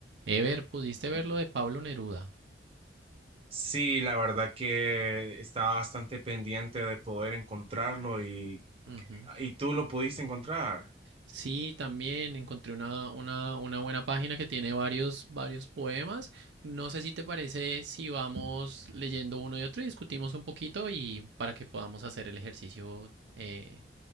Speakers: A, on the right; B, on the right.
A: Ever, ¿pudiste ver lo de Pablo Neruda?
B: Sí, la verdad que estaba bastante pendiente de poder encontrarlo y,
A: Ujú.
B: y tú lo pudiste encontrar.
A: Sí, también encontré una, una, una buena página que tiene varios, varios poemas. No sé si te parece si vamos leyendo uno y otro y discutimos un poquito y para que podamos hacer el ejercicio eh,